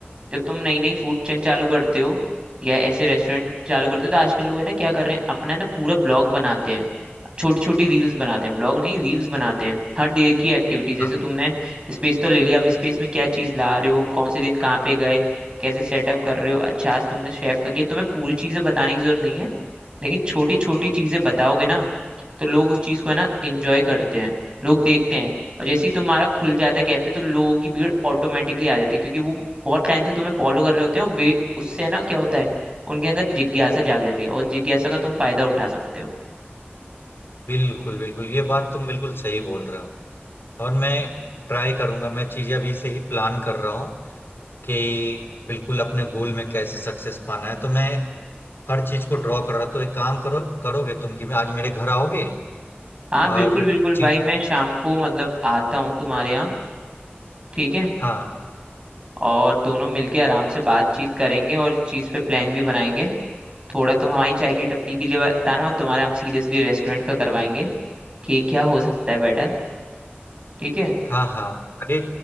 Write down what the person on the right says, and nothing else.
जब तुम नई नई फूड चेन चालू करते हो या ऐसे रेस्टोरेंट चालू करते हो तो आजकल लोग है ना क्या कर रहे हैं अपना ना पूरा ब्लॉग बनाते हैं छोटी छोटी रील्स बनाते हैं ब्लॉग नहीं रील्स बनाते हैं हर डे की एक्टिविटी जैसे
तुमने स्पेस तो ले लिया अब स्पेस में क्या चीज ला रहे हो कौन से दिन कहाँ पे गए कैसे सेटअप कर रहे हो अच्छा आज तुमने शेफ का किया तुम्हें पूरी चीजें बताने की जरूरत नहीं है लेकिन छोटी छोटी चीजें बताओगे ना तो लोग उस चीज को है ना एंजॉय करते हैं लोग देखते हैं और जैसे ही तुम्हारा खुल जाता है कैफे तो लोगों की भीड़ ऑटोमेटिकली आ जाती है क्योंकि वो बहुत टाइम से तुम्हें फॉलो कर रहे होते हैं और वे उससे है ना क्या होता है उनके अंदर जिज्ञासा जाग जाती है और जिज्ञासा का तुम फायदा उठा सकते हो
हाँ
बिल्कुल बिल्कुल
भाई मैं शाम को मतलब आता हूँ तुम्हारे यहाँ ठीक है
और दोनों मिलके आराम से बातचीत करेंगे और इस चीज़ पे प्लान भी बनाएंगे थोड़ा तुम हमारी चाय की टपरी के लिए बताना और तुम्हारा हम सीरियसली रेस्टोरेंट का करवाएंगे कि क्या हो सकता है बेटर ठीक है